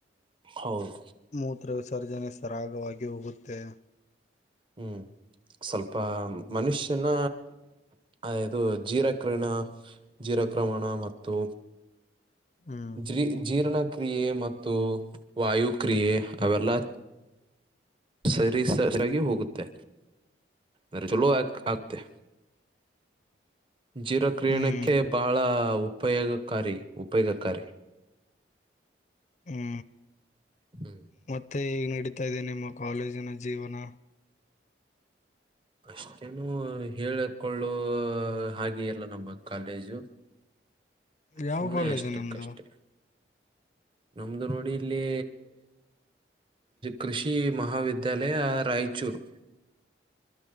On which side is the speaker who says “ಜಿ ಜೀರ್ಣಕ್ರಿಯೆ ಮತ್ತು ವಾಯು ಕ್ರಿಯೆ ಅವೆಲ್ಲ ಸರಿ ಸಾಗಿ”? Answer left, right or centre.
Right